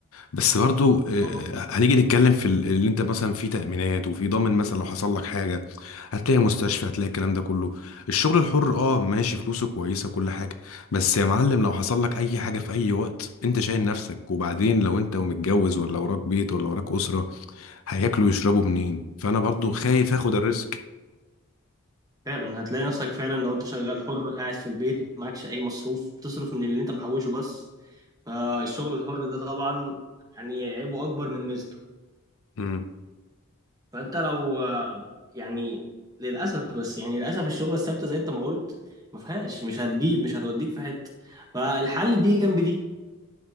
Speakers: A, on the left; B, on the right.
A: بس برضو آه،
B: اه
A: هنيجي نتكلم في ال- اللي انت مثلا في تأمينات وفي ضامن مثلا لو حصل لك حاجه هتلاقي مستشفى هتلاقي الكلام ده كله الشغل الحر اه ماشي فلوسه كويسه كل حاجه بس يا معلم لو حصل لك اي حاجه في اي وقت انت شايل نفسك وبعدين لو انت ومتجوز ولا وراك بيت ولا وراك اسره هياكلوا ويشربوا منين فانا برضو خايف اخد الريسك
B: فعلا هتلاقي نفسك فعلا لو انت شغال حر قاعد في البيت معكش اي مصروف تصرف من اللي انت محوشه بس فالشغل الحر ده طبعا يعني عيبه اكبر من ميزته
A: امم
B: فانت لو آه، يعني للاسف بس يعني للاسف الشغل الثابته زي انت ما قلت ما فيهاش مش هتجيب مش هتوديك في حته فالحل دي جنب دي